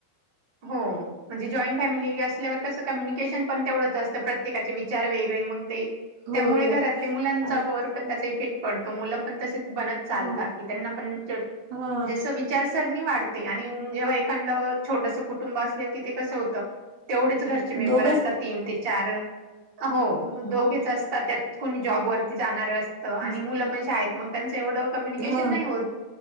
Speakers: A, on the right; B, on the right.
A: हो, म्हणजे जॉईंट फॅमिली असल्यावर कसं, कम्युनिकेशन पण तेवढंच असतं. प्रत्ये काचे विचार वेगळे मग, ते
B: हो
A: त्यामुळे
B: हो
A: घरातील मुलांच्या
B: आणि
A: वर त्याचे इफेक्ट पडतो. मुल पण तसच बनत चालतात.
B: हो
A: की त्यांना पण ते
B: हा
A: म्हणजे अस वि चारसरणी वाढते आणि जेव्हा एखादं छोटस कुटुंब असले की ते कसं हो त. तेवढेच घरचे मेंबर
B: दोघच
A: असतात तीन ते चार हो,
B: हम्म
A: दोघेच असतात. त्यात कोणी जॉबवरती जाणार अस त. आणि
B: ह
A: मुलं पण शाळेत मग त्यांचं एवढं कम्युनिकेशन
B: ह
A: नाही होत.